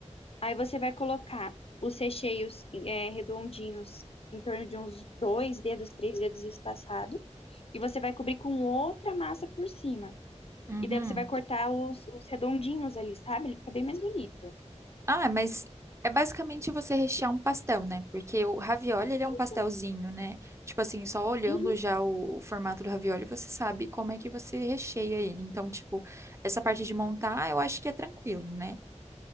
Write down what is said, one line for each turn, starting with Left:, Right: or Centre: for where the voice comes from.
Left: Aí você vai colocar os recheios é, redondinhos em torno de uns dois dedos, três dedos espaçados. E você vai cobrir com outra massa por cima.
Right: Uhum.
Left: E daí você vai cortar os, os redondinhos ali, sabe? Ele fica bem mais bonito.
Right: Ah, mas é basicamente você rechear um pastel, né? Porque o ravioli, ele
Left: Isso.
Right: é um pastelzinho, né? Tipo assim, só olhando
Left: Uhum.
Right: já o, o formato do ravioli, você sabe como é que você recheia ele. Então, tipo, essa parte de montar, eu acho que é tranquilo, né?